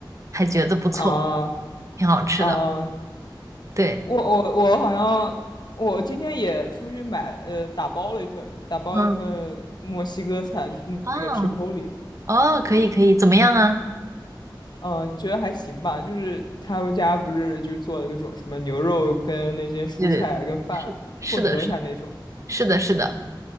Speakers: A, on the right; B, on the left.
A: 还觉得不错，
B: 啊
A: 挺好吃的。
B: 啊，
A: 对，
B: 我我我好像我今天也出去买了呃打包了一份打包一份墨西哥菜，
A: 嗯，
B: 就是那个
A: 啊
B: Chipotle，
A: 哦，可以可以，怎么样啊？
B: 嗯，觉得还行吧。就是他们家不是就做了各种什么牛肉跟那些蔬菜跟饭混合一下那种，
A: 对对对，是的，是的，是的，是的，是的
B: 嗯，